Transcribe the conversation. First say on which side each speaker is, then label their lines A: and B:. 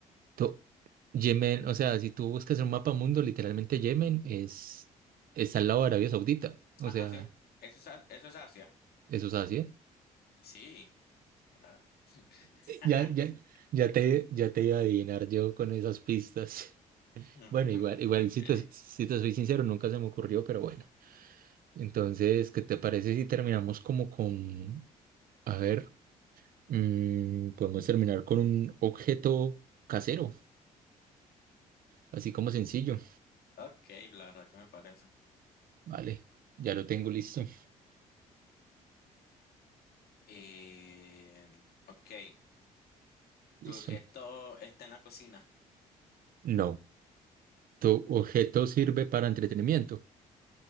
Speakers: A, on the right; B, on the left.
A: To- Yemen, o sea, si tú buscas en un mapa mundo, literalmente Yemen es, está al lado de Arabia Saudita. O
B: Ajá,
A: sea,
B: sí. Eso es, A- eso es Asia.
A: eso es Asia.
B: Sí. Ah. <laughs>
A: Ya, ya, ya te, ya te iba a adivinar yo con esas pistas. <laughs>
B: No.
A: Bueno,
B: <laughs>
A: igual, igual si te, si te soy sincero, nunca se me ocurrió, pero bueno. Entonces, ¿qué te parece si terminamos como con, a ver, mm, podemos terminar con un objeto casero, así como sencillo.
B: Ok, la verdad que me parece.
A: Vale, ya lo tengo listo. <laughs>
B: Eh, ok,
A: Listo.
B: tu objeto está en la cocina.
A: No, tu objeto sirve para entretenimiento.